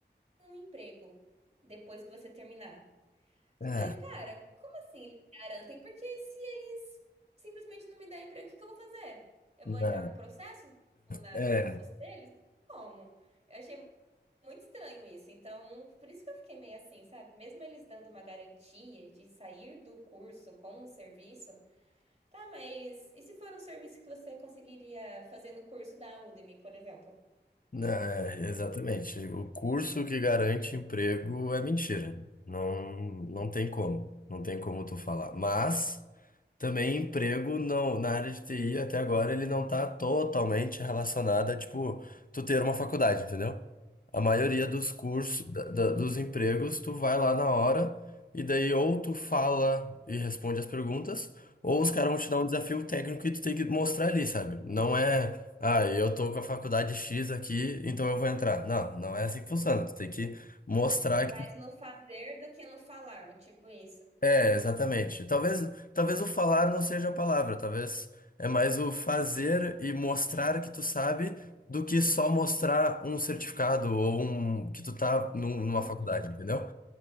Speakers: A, on the right (about 35°); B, on the left (about 50°).
A: um emprego depois que você terminar.
B: Ah,
A: Só eu falei, cara, como assim eles garantem? Porque se eles simplesmente não me derem emprego, o que que eu vou fazer? Eu
B: não.
A: vou entrar com processo, tipo, na,
B: É.
A: na fuça deles? Como? Eu achei muito estranho isso. Então, por isso que eu fiquei meio assim, sabe? Mesmo eles dando uma garantia de sair do curso com um serviço, tá, mas e se for um serviço que você conseguiria fazer no curso da Udemy, por exemplo?
B: Não, É, exatamente. O curso que garante emprego é mentira. Não, não tem como. Não tem como tu falar. Mas também emprego não, na área de TI até agora ele não tá totalmente relacionado a, tipo, tu ter uma faculdade, entendeu? A maioria dos cursos, da- da- dos empregos, tu vai lá na hora e daí ou tu fala e responde as perguntas, ou os caras vão te
A: Hum.
B: dar um desafio técnico e tu tem que mostrar ali, sabe? Não é, ah, eu tô com a faculdade X aqui, então eu vou entrar. Não, não é assim que funciona. Tu tem que mostrar
A: É
B: que
A: mais no fazer do que no falar, tipo isso.
B: é, exatamente. Talvez, talvez o falar
A: Uhum.
B: não seja a palavra, talvez é mais o fazer e mostrar que tu sabe do que só mostrar um certificado ou um, que tu tá num- numa
A: Uhum.
B: faculdade, entendeu?